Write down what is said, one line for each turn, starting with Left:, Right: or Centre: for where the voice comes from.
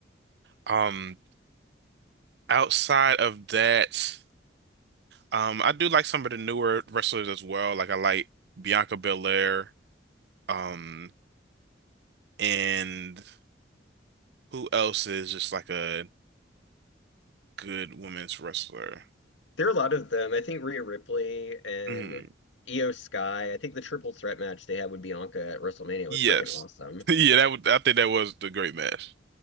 Right: Um, outside of that. Um, I do like some of the newer wrestlers as well. Like I like Bianca Belair, um, and who else is just like a good women's wrestler?
Left: There are a lot of them. I think Rhea Ripley and
Right: Mm,
Left: Io Sky. I think the triple threat match they had with Bianca at WrestleMania
Right: yes.
Left: was freaking awesome.
Right: <laughs> Yeah, that would I think that was the great match.